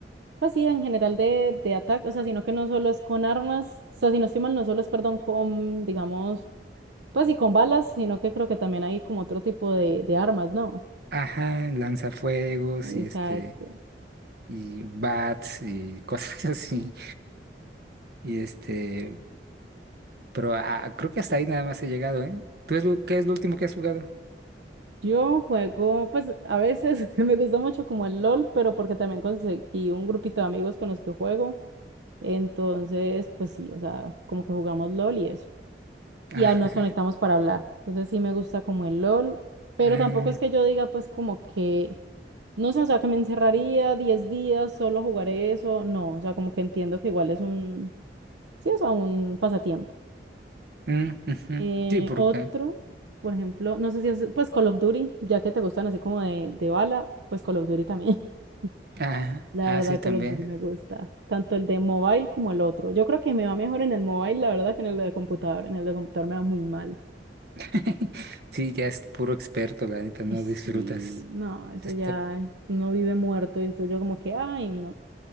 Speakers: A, on the right; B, on the right.
A: pues sí, en general de, de ataque, o sea, sino que no solo es con armas, o sea, si no estoy mal, no solo es, perdón, con, digamos Pues y con balas, sino que creo que también hay como otro tipo de, de armas, ¿no?
B: Ajá, lanzafuegos
A: Exacto.
B: y este, y bats y cosas <laughs> así. Y este, pero ah, creo que hasta ahí nada más he llegado, ¿eh? ¿Tú es lo- qué es lo último que has jugado?
A: Yo juego, pues a veces <laughs> me gusta mucho como el LOL, pero porque también conseguí un grupito de amigos con los que juego. Entonces, pues sí, o sea, como que jugamos LOL y eso.
B: <laughs>
A: Y ya nos conectamos para hablar. Entonces sí me gusta como el LOL, pero
B: Ah,
A: tampoco es que
B: ah,
A: yo diga pues como que, no sé, o sea, que me encerraría 10 días, solo jugaré eso. No, o sea, como que entiendo que igual es un, sí, o sea, un pasatiempo.
B: mm, ujú.
A: Eh,
B: Sí, porque
A: otro, por ejemplo, no sé si es, pues Call of Duty, ya que te gustan así como de, de bala, pues Call of Duty también. <laughs>
B: Ah,
A: La
B: ah,
A: verdad,
B: sí, también.
A: Call of Duty me gusta, tanto el de mobile como el otro. Yo creo que me va mejor en el mobile, la verdad, que en el de computador. En el de computador me va muy mal.
B: <laughs> Sí, ya es puro experto, la neta,
A: Ay,
B: no
A: sí,
B: disfrutas.
A: no, eso
B: Te
A: ya no vive muerto, entonces yo como que, ay, no.